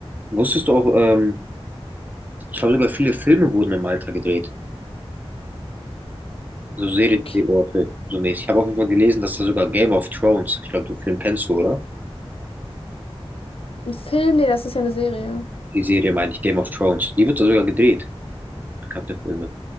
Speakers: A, on the right; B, on the left.
A: wusstest du auch, ähm, ich glaube sogar viele Filme wurden in Malta gedreht. So Seriendrehorte,
B: Okay.
A: so mäßig. Ich habe auf jeden Fall gelesen, dass da sogar Game of Thrones, ich glaube, den Film kennst du, oder?
B: Ein Film? Nee, das ist ja eine Serie.
A: Die Serie meine ich, Game of Thrones. Die wird da sogar gedreht, bekannte Filme.